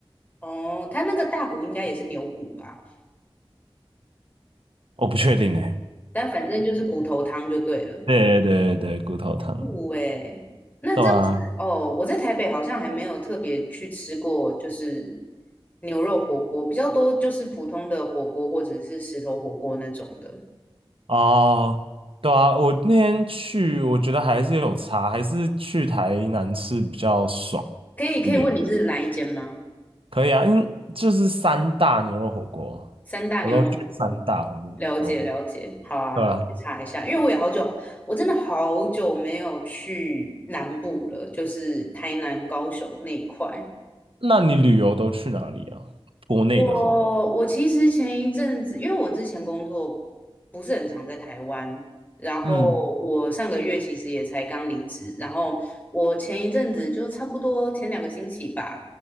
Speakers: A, on the left (about 20°); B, on the right (about 70°).
A: 哦，它那个大骨应该也是牛骨吧？
B: 我不确定呢、
A: 但反正就是骨头汤就对了。
B: 对对对对，骨头汤，
A: 酷诶，那这样子哦，
B: 对啊，
A: 我在台北好像还没有特别去吃过，就是牛肉火锅，比较多就是普通的火锅或者是石头火锅那种的。
B: 哦，对啊，我那天去，我觉得还是有差，还是去台南吃比较爽一点。
A: 可以可以问你是哪一间吗？
B: 可以啊，因为就是三大牛肉火锅，
A: 三大牛肉火锅，
B: 我都去三大火牛肉火锅。
A: 了解了解，
B: 哦
A: 好啊，
B: 对啊，
A: 去查一下，因为我也好久，我真的好久没有去南部了，就是台南、高雄那一块。
B: 那你旅游都去哪里啊？国内的话，
A: 我我其实前一阵子，因为我之前工作不是很常在台湾，然后我上个月其实也才刚离职，
B: 嗯，
A: 然后我前一阵子就差不多前两个星期吧，